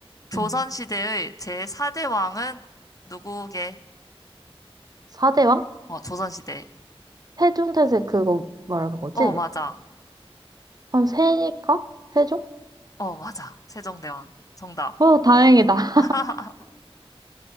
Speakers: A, on the left; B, on the right.
A: 조선시대의
B: 응.
A: 제4대 왕은 누구게?
B: 사대왕?
A: 어, 조선시대.
B: 세종태세 그거 말하는 거지?
A: 어, 맞아.
B: 그럼 세니까? 세종?
A: 어, 맞아. 세종대왕. 정답.
B: 어, 다행이다. <laughs>
A: <laughs>